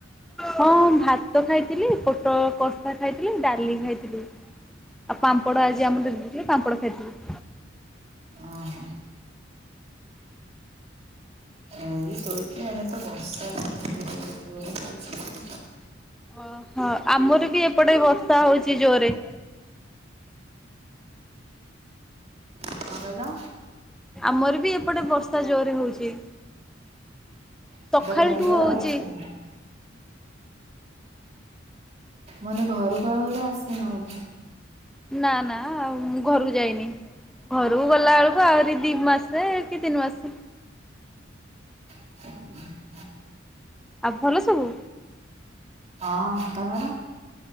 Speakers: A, in the centre; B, on the right.
A: ହଁ ଭାତ ଖାଇଥିଲି ପୋଟଳ କଷା ଖାଇଥିଲି ଡାଲି ଖାଇଥିଲି ଆଉ ପାମ୍ପଡ ଆଜି ଆମ ଦେଥିଲେ ପାମ୍ପଡ଼ ଖାଇଥିଲି।
B: ଅହ। ଏଇ ଶୋଇଛି ଆଉ ଏଡେ ତ ଜୋରେ ବର୍ଷା ହଉଛି।
A: ଓହୋ ଆମର ବି ଏପଟେ ବର୍ଷା ହଉଛି ଯୋରେ
B: କଣ କହିଲ?
A: ଆମର ବି ଏପଟେ ବର୍ଷା ଜୋରେ ହଉଛି।
B: ମୁଁ
A: ସଖାଳଠୁ
B: ତ ଘରକୁ
A: ହଉଚି।
B: ଆଉ ଆସିନି। ମାନେ ଘରକୁ ଆଉ ଏବେ ଆସିନବୋଧେ।
A: ନା ନା ମୁଁ ଘରକୁ ଯାଇନି। ଘରକୁ ଗଲା ବେଳକୁ ଆହୁରି ଦି ମାସ କି ତିନି ମାସ
B: <unintelligible>
A: ଆଉ ଭଲ ସବୁ
B: ହଁ ତମର?